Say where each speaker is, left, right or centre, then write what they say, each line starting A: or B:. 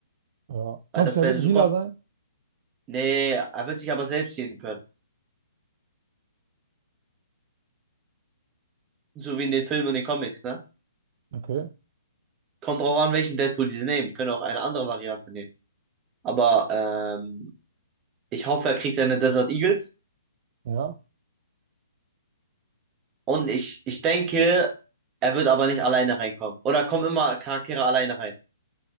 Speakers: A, on the right; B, on the right.
A: Ja.
B: weil
A: Glaubst
B: das
A: du,
B: seine
A: er wird ein
B: super
A: Healer sein?
B: Nee, er wird sich aber selbst sehen können. So wie in den Filmen und den Comics, ne?
A: Okay.
B: Kommt drauf an, welchen Deadpool die sie nehmen. Die können auch eine andere Variante nehmen. Aber ähm, ich hoffe, er kriegt seine Desert Eagles.
A: Ja.
B: Und ich, ich denke, er wird aber nicht alleine reinkommen. Oder kommen immer Charaktere alleine rein.